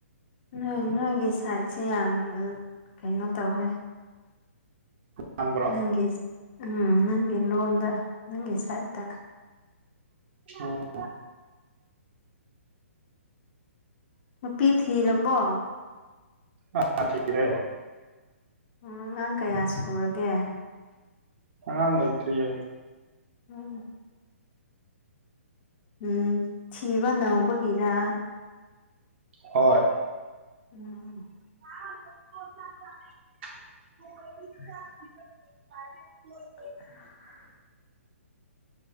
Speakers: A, on the left; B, on the right.
A: ꯅꯣꯏ ꯅꯣꯏꯒꯤ ꯁꯥꯏꯠꯁꯤ ꯌꯥꯝ ꯀꯩꯅꯣ ꯇꯧꯋꯦ
B: ꯉꯥꯡꯕ꯭ꯔꯣ
A: ꯅꯪꯒꯤ ꯎꯝ ꯅꯪꯒꯤ ꯂꯣꯟꯗ ꯅꯪꯒꯤ ꯁꯥꯏꯠꯇ
B: ꯑꯥ
A: ꯅꯨꯄꯤ ꯊꯤꯔꯃꯣ
B: ꯑꯥ ꯊꯤꯔꯦ
A: ꯑꯥ ꯑꯉꯥꯡ ꯀꯌꯥ ꯁꯨꯔꯒꯦ
B: ꯑꯉꯥꯡ ꯂꯩꯇ꯭ꯔꯤꯌꯦ
A: ꯎꯝ ꯎꯝ ꯊꯤꯕ ꯅꯧꯕꯒꯤꯔ
B: ꯍꯣꯏ
A: ꯎꯝ
B: <unintelligible>
A: ꯎꯝ <unintelligible>
B: ꯑ <unintelligible>
A: ꯑ <unintelligible>